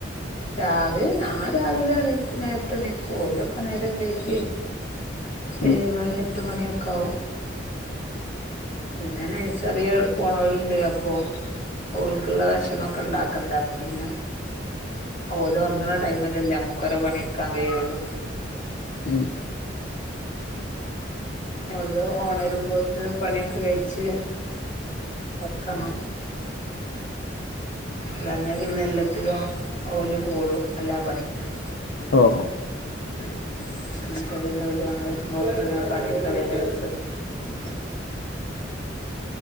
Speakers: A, on the left; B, on the left.
A: രാവിലെ ഞാൻ രാവിലെ എണീക്കും നേരത്തെണീക്കും ഓലൊക്കെ നേരം വൈകി
B: ഉം
A: ഏഴ്മണി എട്ട് മണിയൊക്കാവും പിന്നെ നെയ്സറി പോണോല്ണ്ട് അപ്പൊ ഓല്ക്ക്ള്ള ഭക്ഷണോക്കെ ഇണ്ടാക്കണ്ടേ അപ്പംപിന്നെ ഓലൊറ്ങ്ങ്ണ ടൈമിലല്ലേ നമ്മ്ക്കൊരോ പണിട്ക്കാൻ കയ്യോള്ളൂ
B: ഉം
A: ഓല്ല് ഓണരുമ്പോത്തിന് പണിയൊക്കെ കഴിച്ച് വെക്കണം ഇല്ലാഞ്ഞ പിന്നെല്ലത്തിനും ഓല് കൂടും എല്ലാ പണിക്കും
B: ഓഹ്
A: <inaudible> അപ്പോ പിന്നെ ഓല് ഓണരുമ്പോത്തിന് ഞാൻ പണിയൊക്കെ വേം കയ്ച്ചെക്കും